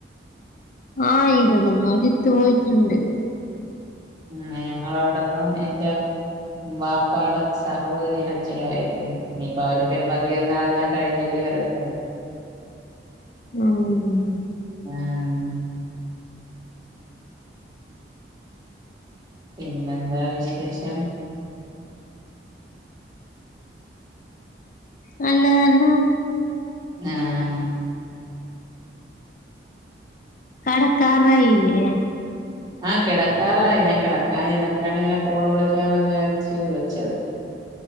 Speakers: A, on the left (about 45°); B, on the right (about 20°).
A: ആഹ് ഇവിടന്ന് ഒരു <unintelligible> ഇണ്ട്
B: ആ ഞങ്ങളവിടെന്ന് എന്റെ വാപ്പാടെ സഹോദരി ഹജ്ജിനോയെക്കുന്നു നീപ്പൊ അവര് <unintelligible> എന്നാവെല്ലാം കഴിഞ്ഞല്ലേ വര <unintelligible>
A: ആഹ്
B: ആഹ് പിന്നെന്താ വിശേഷം?
A: നല്ലത് തന്നെ
B: ആഹ്
A: കടക്കാറായില്യേ?
B: ആഹ് കിടക്കാറായി ഞാൻ കിടക്കാൻ ഇരുന്നപ്പഴാണ് ഇങ്ങനെ കോള് വിളിക്കാന്ന് വിചാരിച്ച് വിളിച്ചത്.